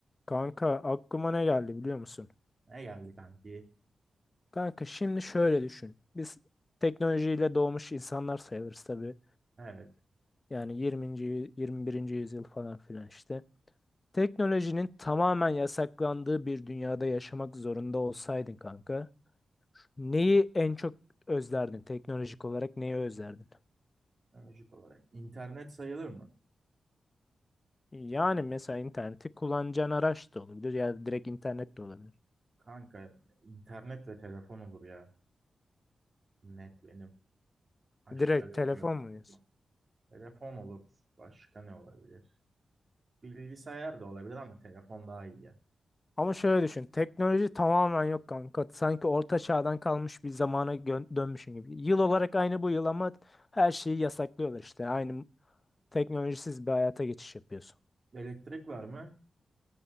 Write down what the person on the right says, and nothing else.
Ne geldi kanki?
Evet.
Öncük olarak. İnternet sayılır mı?
Kanka internet ve telefon olur ya. Net benim. Başka
bilmiyorum
aklıma.
Telefon olur. Başka ne olabilir? Bilgisayar da olabilir ama telefon daha iyi ya.
Elektrik var mı?